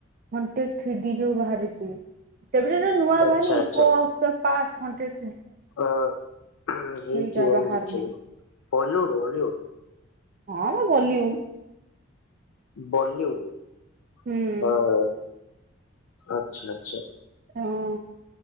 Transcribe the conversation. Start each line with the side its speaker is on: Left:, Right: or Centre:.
Right: ୱାନ ଟୁ ଥ୍ରିଡି ଯୋଉ ବାହାରିଚି ସେବେ ଯୋଉ ନୂଆ
Left: ଆଚ୍ଛା
Right: ବାହାରିନି
Left: ଆଚ୍ଛା
Right: ଇକୋ ଅସ୍ ଡ ପାସ ହଣ ଟେ
Left: ଅ ହେଇଥିବ
Right: ସେଇଟା ବାହାରିନି
Left: ମୁଁ ଦେଖିନି। Hollywood Hollywood?
Right: ହଁ ମ ବଲିଉଡ।
Left: ବଲିଉଡ୍?
Right: ହୁଁ।
Left: ହଁ ଆଚଛା ଆଚଛା।
Right: ଆଉ